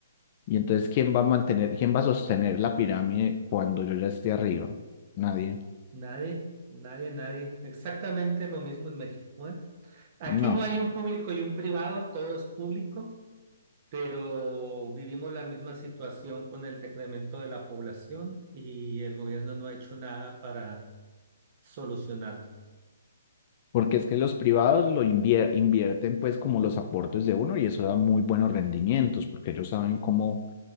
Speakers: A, on the left (about 30°); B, on the right (about 35°).
A: Y entonces, ¿quién va a mantener, quién va a sostener la pirámide cuando yo ya esté arriba? Nadie.
B: Nadie, nadie, nadie. Exactamente lo mismo en México, ¿eh? Aquí
A: No.
B: no hay un público y un privado, todo es público, pero vivimos la misma situación con el decremento de la población y el gobierno no ha hecho nada para solucionarlo.
A: Porque es que los privados lo invier- invierten pues como los aportes de uno y eso da muy buenos rendimientos porque ellos saben cómo,